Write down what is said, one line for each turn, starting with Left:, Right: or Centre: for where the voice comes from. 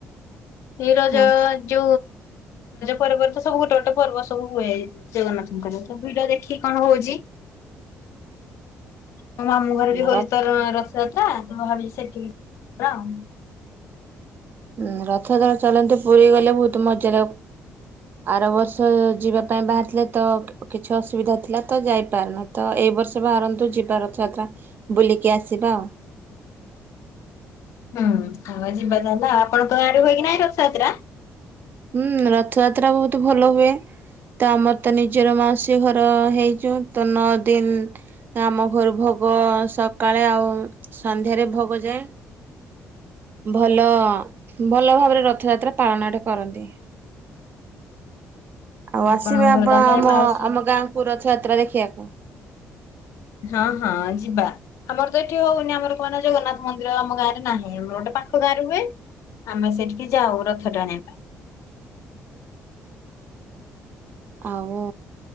Left: <inaudible> ରଜ
Right: ହଁ
Left: ପର୍ବରେ ତ ସବୁ ଗୋଟେ ଗୋଟେ ପର୍ବ ସବୁ ହୁଏ ଜଗନ୍ନାଥଙ୍କର ସବୁ ଭିଡ ଦେଖି କଣ ହଉଛି। ମୋ ମାମୁଁ ଘରେ ବି ହଉଛି
Right: ର
Left: ତ ରଥଯାତ୍ରା ତ ଭାବିଛି ସେଠିକି ଯିବା ଆଉ।
Right: ହୁଁ ରଥଯାତ୍ରା ରେ ଚାଲନ୍ତୁ ପୁରୀ ଗଲେ ବହୁତ ମଜା ଲା ଆର ବର୍ଷ ଯିବା ପାଇଁ ବାହାରିଥିଲେ ତ କିଛି ଅସୁବିଧା ଥିଲା ତ ଯାଇପାରିନୁ, ତ ଏଇ ବର୍ଷ ବାହାରନ୍ତୁ ଯିବା ରଥଯାତ୍ରା। ବୁଲିକି ଆସିବା ଆଉ।
Left: ହୁଁ, ହଉ ଯିବା ତାହେଲେ ଆଉ। ଆପଣଙ୍କ ଗାଁରେ ହୁଏକି ନାହିଁ ରଥଯାତ୍ରା।
Right: ହୁଁ ରଥଯାତ୍ରା ବହୁତ ଭଲ ହୁଏ। ତ ଆମର ତ ନିଜର ମାଉସୀ ଘର ହେଇଛୁ। ତ ନଅ ଦିନ ଆମ ଘରୁ ଭୋ ଗ ସକାଳେ ଆଉ ସନ୍ଧ୍ୟାରେ ଭୋଗ ଯାଏ। ଭଲ ଭଲ ଭାବରେ ରଥଯାତ୍ରା ପାଳନଟେ କରନ୍ତି। ଆଉ ଆସିବେ
Left: ହଁ ଆପଣଙ୍କ
Right: ଆପଣ
Left: ଘର ତାହେଲେ
Right: ଆମ
Left: ମାଉସୀ
Right: ଆମ ଗାଁକୁ ରଥଯାତ୍ରା ଦେଖିବାକୁ।
Left: ହଁ ହଁ ଯିବା। ଆମର ତ ଏଠି ହଉନି। ଆମର ଲୋକମାନେ ଜଗନ୍ନାଥ ମନ୍ଦିର ଆମ ଗାଁରେ ନାହିଁ। <unintelligible> ଟେ ପାଖ ଗାଁ ର ହୁଏ। ଆମେ ସେଠିକି ଯାଉ ରଥ ଟାଣିବା ପାଇଁ।
Right: ଆଉ